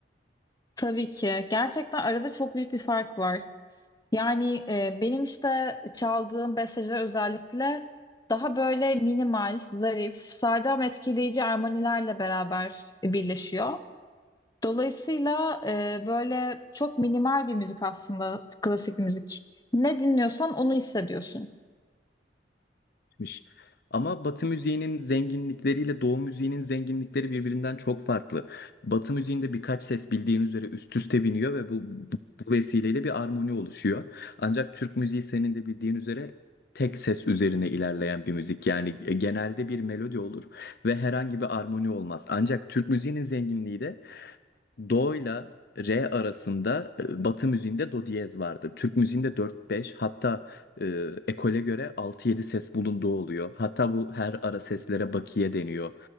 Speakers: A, on the left; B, on the left.
A: Tabii ki. Gerçekten arada çok büyük bir fark var. Yani e, benim işte çaldığım besteler özellikle daha böyle minimal, zarif, sade ama etkileyici armonilerle beraber birleşiyor. Dolayısıyla e, böyle çok minimal bir müzik aslında klasik müzik. Ne dinliyorsan onu hissediyorsun.
B: gitmiş. Ama Batı müziğinin zenginlikleriyle Doğu müziğinin zenginlikleri birbirinden çok farklı. Batı müziğinde birkaç ses bildiğin üzere üst üste biniyor ve bu, bu vesileyle bir armoni oluşuyor. Ancak Türk müziği senin de bildiğin üzere tek ses üzerine ilerleyen bir müzik. Yani e, genelde bir melodi olur ve herhangi bir armoni olmaz. Ancak Türk müziğinin zenginliği de Do'yla re arasında e, Batı müziğinde do diyez vardır. Türk müziğinde 4-5 hatta e, ekole göre 6-7 ses bulunduğu oluyor. Hatta bu her ara seslere bakiye deniyor.